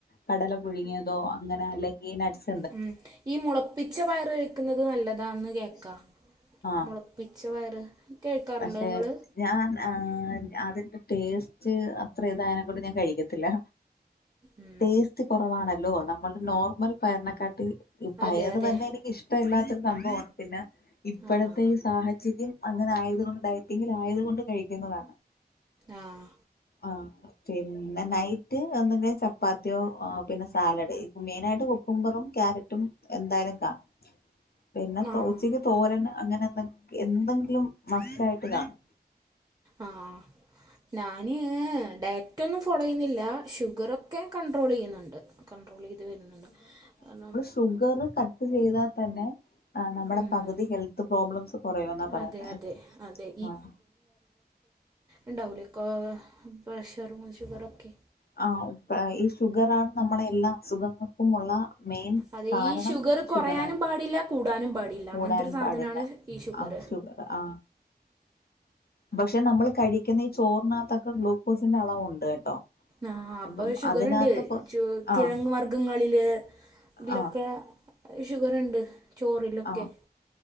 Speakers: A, on the left; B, on the right.
A: കടല പുഴുങ്ങിയതോ അങ്ങനെ അല്ലെങ്കി നട്സ്
B: ഉം, ഈ മുളപ്പിച്ച പയറ് കഴിക്ക്ന്നത് നല്ലതാന്ന് കേക്കാ,
A: ആഹ്
B: മുള പിച്ച വയറ് കേൾക്കാറുണ്ടോ
A: പക്ഷെ
B: നിങ്ങള്
A: ഞാൻ ആഹ് അതിന്റെ ടേസ്റ്റ് അത്ര ഇതായനെക്കൊണ്ട് ഞാൻ കഴിക്കത്തില്ല
B: ഉം
A: ടേസ്റ്റ് കൊറവാണല്ലോ നമ്മള് നോർമൽ പയറിനെക്കാട്ടി പയർ
B: അതെ അതെ
A: തന്നെ എനിക്ക് ഇഷ്ടമല്ലാത്തൊരു സംഭവമാണ് പിന്നെ ഇപ്പഴത്തെ
B: ആഹ്
A: ഈ സാഹചര്യം അങ്ങനെ ആയതുകൊണ്ട് ഡയറ്റിങ്ങിൽ ആയത്കൊണ്ട് കഴിക്കുന്നതാ
B: ആഹ്
A: അഹ് പിന്നെ നൈറ്റ് എന്തെങ്കിലും ചപ്പാത്തിയോ അഹ് പിന്നെ സാലഡ് മെയിനായിട്ട് കുക്കുംമ്പറും ക്യാര ട്ടും എന്തായാലും കാണും പിന്നെ തോ
B: ആഹ്
A: ഉച്ചക്ക് തോരന് അങ്ങനെ എന്തെ എന്തെങ്കിലും മസ്റ്റായിട്ട് കാണും
B: ആഹ്. ഞാന് ഡയറ്റൊന്നും ഫോളോ ചെയ്യുന്നില്ല, ഷുഗറൊക്കെ കണ്ടട്രോൾയ്യുന്നുണ്ട്. കൺട്രോൾ ചെയ്ത് വരുന്നുണ്ട് കാരണം
A: ഷുഗറ് കട്ട് ചെയ്താൽ തന്നെ ആഹ്, നമ്മുടെ
B: ഉം
A: പകുതി ഹെൽത്ത് പ്രോബ്ലംസ് കുറയൂന്നാ പറയുന്നെ
B: അതെ അതെ അതെ
A: ആഹ്.
B: ഇണ്ടാവുലേ ക്ക്‌ പ്രഷറും ശുഗറൊക്കെ
A: ആഹ് ഉപ്പ് ഈ ഷുഗറാണ് നമ്മുടെ എല്ലാ അസുഖ ർക്കുമുള്ള മെയിൻ
B: അതെ
A: കാരണം
B: ഈ ഷുഗർ കുറയാനും
A: ഷുഗറാ.
B: പാടില്ല കൂടാനും പാടില്ല
A: കൂടാനും
B: അങ്ങനത്തെ ഒരു സാധനമാണ്
A: പാടില്ല.
B: ഈ ഷുഗർ
A: ആ ഷുഗറ് ആ പക്ഷെ നമ്മള് കഴിക്കുന്ന ഈ ചോറിനകത്തൊക്കെ ഗ്ലൂക്കോസിന്റെ അളവുണ്ട് കേട്ടോ.
B: ആ അപ്പൊ
A: അപ്പം
B: ഷുഗറ്ണ്ട്
A: അതിനകത്ത് കൊ
B: ചു കിഴങ്
A: ആഹ്
B: വർഗ്ഗങ്ങളില്. ഇതിലൊക്കെ
A: ആഹ്
B: ഷുഗറ്ണ്ട് ചോറിലൊക്കെ
A: ആഹ്